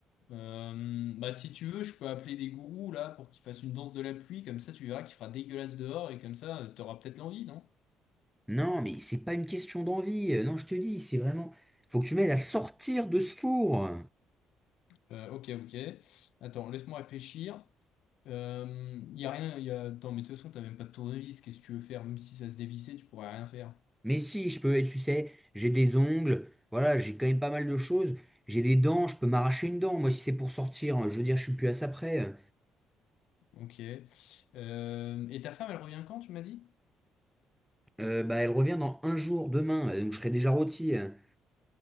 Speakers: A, on the left (about 80°); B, in the centre.
A: hein. Euh, bah, si tu veux, je peux appeler des gourous là pour qu'ils fassent une danse de la pluie, comme ça tu verras qu'il fera dégueulasse dehors et comme ça, euh, t'auras peut-être l'envie, non?
B: Non, mais c'est pas une question d'envie. Euh, Non, je te dis, c'est vraiment. Faut que tu m'aides à sortir de ce four.
A: Euh, ok, ok. Attends, laisse-moi réfléchir. Euh, y a rien, y a... Attends, mais de toute façon, t'as même pas de tournevis, qu'est-ce que tu veux faire? Même si ça se dévissait, tu pourrais rien faire.
B: Mais si, je peux, tu sais, j'ai des ongles, voilà, j'ai quand même pas mal de choses. J'ai des dents, je peux m'arracher une dent, moi, si c'est pour sortir. hein, Je veux dire, je suis plus à ça près. Euh,
A: Ok. Euh, et ta femme, elle revient quand, tu m'as dit?
B: Euh, bah, elle revient dans un jour, demain, euh, donc je serai déjà rôti. hein.